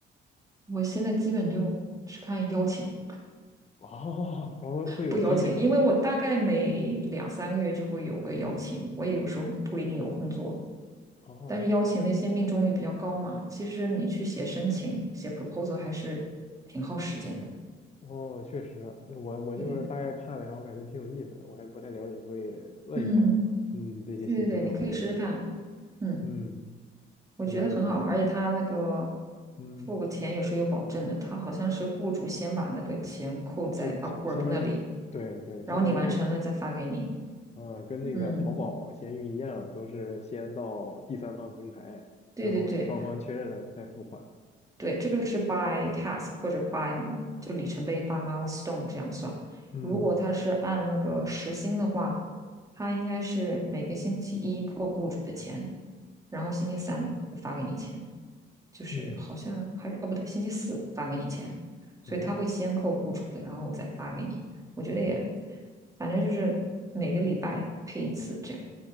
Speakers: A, on the right; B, on the left.
A: 我现在基本就只看邀请，
B: <laughs> 哦，后会有提醒，
A: 不邀请，因为我大概每两三个月就会有个邀请，我也有时候不一定有空做，
B: 哦，
A: 但是邀请那些命中率比较高嘛，其实你去写申请、写 proposal 还是挺耗时间的。
B: 哦，确实，我我就是大概看了一下，
A: 对对对
B: 我感觉挺有意思的，我还不太了解，所以问一下你嘛，
A: 嗯，
B: 嗯，这些信息都很有用，
A: 对对对，你可以试试看，嗯，
B: 嗯，
A: 我觉得很好，
B: 还蛮有意思的，
A: 而且他那个
B: 嗯，
A: 付钱有时候有保证的，他好像是雇主先把那个钱扣在
B: 就相相当于，
A: Upwork 那里，
B: 对对，
A: 然后你完成了再发给你，
B: 相当于跟，呃，跟那个淘宝、
A: 嗯。
B: 闲鱼一样，都是先到第三方平台，
A: 对对对，
B: 然后双方确认了再付款，
A: 对，这个是 by task 或者 by 就里程碑 by milestone 这样算。
B: 嗯
A: 如果他是按那个时薪的话，他应该是每个星期一扣雇主的钱，然后星期三发给你钱，就是好像还是哦不对，
B: 嗯，
A: 星期四发给你钱，
B: 不错
A: 所以他会先扣雇主的，然后再发给你。我觉得也，反正就是每个礼拜配一次这样。